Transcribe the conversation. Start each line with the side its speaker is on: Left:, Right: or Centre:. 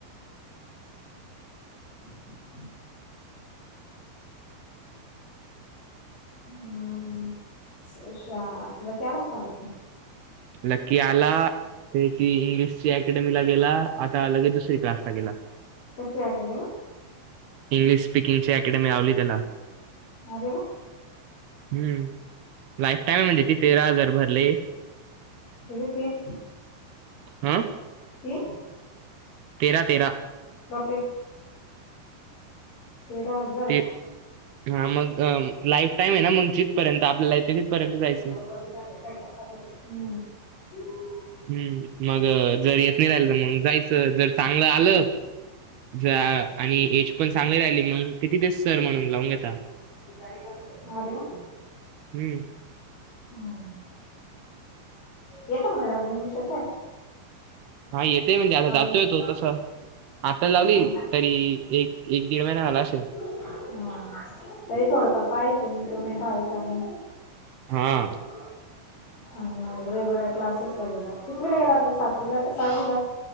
Left: <inaudible> हम्म सशा असल केला फाळेत मग.
Right: लकी आला, त्याची इंग्लिशची अकॅडमीला गेला आता लगेच दुसरी क्लास ला गेला.
Left: कसली अकॅडमी?
Right: इंग्लिश स्पिकिंगची अकॅडमी लावली त्याला.
Left: अरे वा
Right: हम्म लाईफ टाईम म्हणजे तिथे तेरा हजार भरले.
Left: किती तीन
Right: आं
Left: तीन?
Right: तेरा तेरा.
Left: बापरे! तेरा हजार.
Right: ते हा मग अम्म लाईफ टाईम आहे ना मग जिथपर्यंत आपल्याला येतं तिथपर्यंत जायचं.
Left: <inaudible> <inaudible>
Right: हम्म मग जर येत नाही राहिल मग जायचं जर चांगलं आलं जा आणि एज पण चांगली राहिली मग ते तिथेच सर म्हणून लावून घेता.
Left: दारी <unintelligible> अरे वा.
Right: हम्म.
Left: ह येत म्हणायला इंग्लिश येतंय.
Right: हा येतेय म्हणजे जातोय
Left: हा
Right: तो तसा. आताचं लावली
Left: हा
Right: तरी एक एक दीड महिना झाला असेल.
Left: हा तरी थोडंफार पाहायचं इम्प्रोव्हमेन्ट आहे का नाही?
Right: हा
Left: ह. <unintelligible> क्लासेस ला गेला कितती ला गेला सातवीला सहावीला